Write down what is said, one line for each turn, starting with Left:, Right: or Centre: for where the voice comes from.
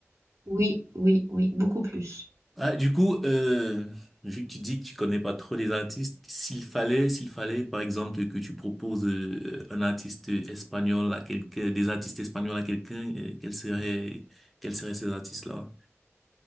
Right: oui, oui, oui, beaucoup plus.
Centre: Ah, du coup, euh, vu que tu dis que tu connais pas trop les artistes, s'il fallait, s'il fallait, par exemple, que tu proposes euh, un artiste espagnol à quelqu'un, des artistes espagnols à quelqu'un, euh, quels seraient, quels seraient ces artistes-là?